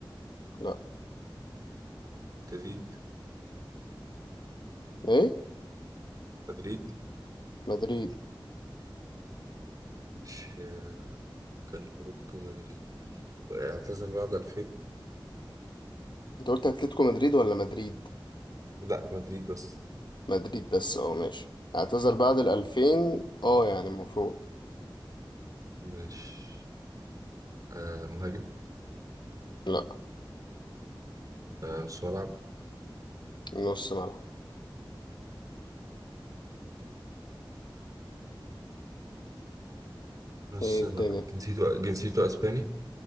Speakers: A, on the left; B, on the right.
A: لا
B: تزيد
A: ايه
B: مدريد
A: مدريد
B: مش آه، كان أوروبا مدريد اعتزل بعد 2000
A: انت قلت اتلتيكو مدريد ولا مدريد
B: لا مدريد بس
A: مدريد بس اه ماشي اعتزل بعد الألفين اه يعني المفروض
B: مش آه مهاجم
A: لا
B: آه نص ملعب
A: نص ملعب
B: نص
A: ايه الدنيا
B: ملعب جنسيته جنسيته اسباني